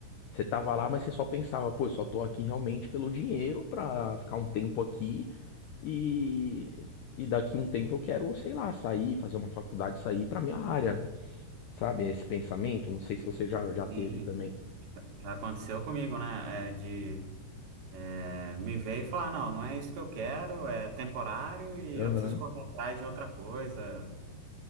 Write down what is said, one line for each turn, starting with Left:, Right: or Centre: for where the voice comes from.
Left: Você tava lá, mas você só pensava, pô, eu só tô aqui realmente pelo dinheiro pra ficar um tempo aqui e, e daqui um tempo eu quero, sei lá, sair, fazer uma faculdade, sair pra minha área, né? Sabe, esse pensamento, não sei se você já, já
Right: Sim,
Left: teve também.
Right: já já aconteceu comigo, né? É, de é, me ver e falar, não, não é isso que eu quero, é temporário e
Left: Aham,
Right: eu preciso correr atrás de outra coisa,